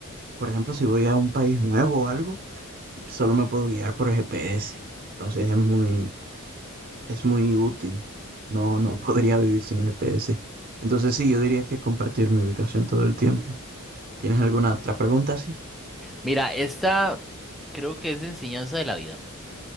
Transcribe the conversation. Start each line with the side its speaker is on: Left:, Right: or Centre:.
Right: por ejemplo, si voy a un país nuevo o algo, solo me puedo guiar por el GPS. Entonces es muy, Es muy útil. No, no <laughs> podría vivir sin el GPS. Entonces sí, yo diría que compartir mi ubicación todo el tiempo. ¿Tienes alguna otra pregunta? Sí.
Centre: Mira, esta creo que es de enseñanza de la vida.